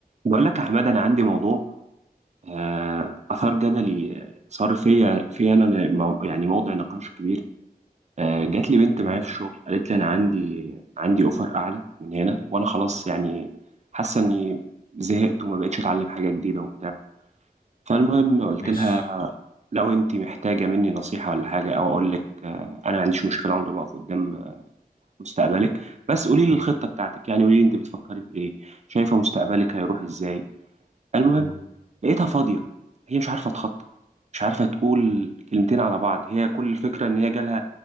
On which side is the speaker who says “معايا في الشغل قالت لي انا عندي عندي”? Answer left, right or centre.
Right